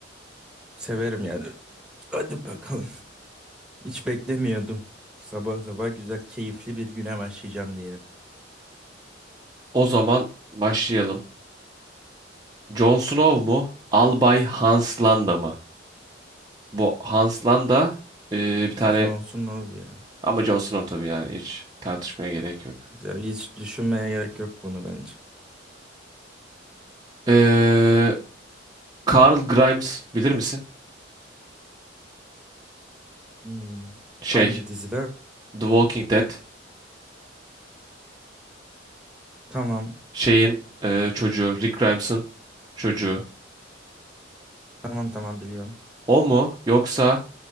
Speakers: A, in the centre; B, on the right.
A: Severim yani. Hadi bakalım. <laughs> Hiç beklemiyordum. Sabah sabah güzel keyifli bir güne başlayacağım diyelim.
B: O zaman başlayalım. Jon Snow mu? Albay Hans Landa mı? Bu Hans Landa ee, bir tane
A: Johnson Love ya.
B: ama Jon Snow tabii yani hiç tartışmaya gerek yok.
A: Ya Hiç düşünmeye gerek yok bunu bence.
B: Ee, Carl Grimes bilir misin?
A: Hmm,
B: Şey,
A: Hangi dizide?
B: The Walking Dead
A: Tamam
B: şeyin e, çocuğu, Rick Grimes'ın çocuğu.
A: tamam tamam biliyorum.
B: O mu yoksa